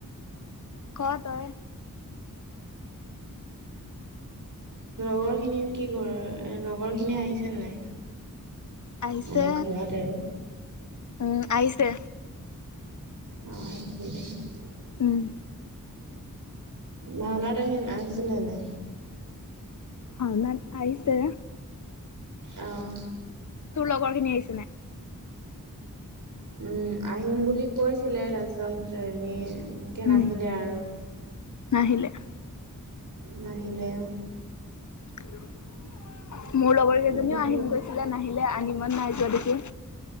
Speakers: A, on the left; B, on the right.
A: ক তই
B: লগৰ খিনি কি কৰ লগৰ খিনি আহিছে নাই।
A: আহিছে
B: মানে ঘৰত আৰু
A: উম আহিছে।
B: <unintelligible>
A: উম।
B: ভাওনাত আহে আহিছিলে নে।
A: ভাওনাত আহিছে।
B: আহ।
A: তোৰ লগত খিনি আহিছে নাই?
B: উম আহিম বুলি কৈছিলে তাৰপিছত হেৰি। এনেকৈ
A: উম
B: নাহিলে আৰু
A: নাহিলে।
B: নাহিলে
A: <unintelligible> মোৰ লগৰ কেইজনীও
B: মই কৈছিলোঁ
A: আহিম গৈছিলে নাহিলে আনিমন নাই যোৱা দেখি।